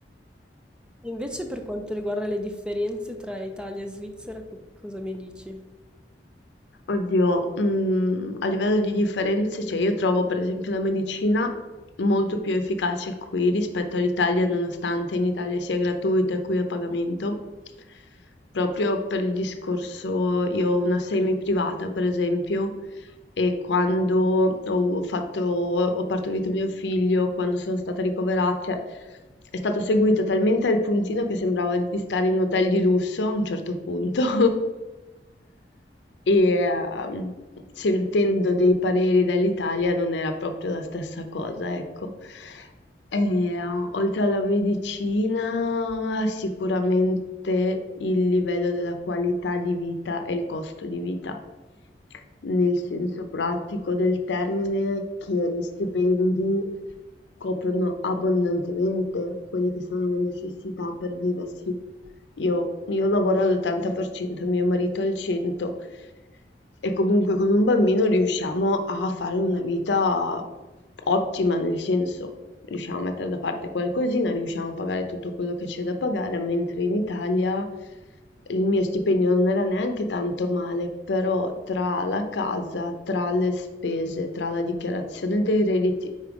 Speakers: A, in the centre; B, on the left.
A: Invece per quanto riguarda le differenze tra Italia e Svizzera, co- cosa mi dici?
B: Oddio, mhmm, a livello di differenze, cioè io trovo per esempio la medicina molto più efficace qui rispetto all'Italia, nonostante in Italia sia gratuita e qui a pagamento, proprio per il discorso io ho una semi privata per esempio e quando ho fatto ho partorito mio figlio, quando sono stata ricovera cioè è stato seguito talmente al puntino che sembrava di stare in un hotel di lusso a un certo punto. <laughs> E ehm, sentendo dei pareri dall'Italia non era proprio la stessa cosa, ecco. E, eh, oltre alla medicina, sicuramente il livello della qualità di vita e il costo di vita nel senso pratico del termine che gli stipendi coprono abbondantemente quelle che sono le necessità per viversi. Io, io lavoro all'80%, mio marito al 100%, e comunque con un bambino riusciamo a fare una vita ottima, nel senso riusciamo a mettere da parte qualcosina, riusciamo a pagare tutto quello che c'è da pagare, mentre in Italia il mio stipendio non era neanche tanto male, però tra la casa, tra le spese, tra la dichiarazione dei redditi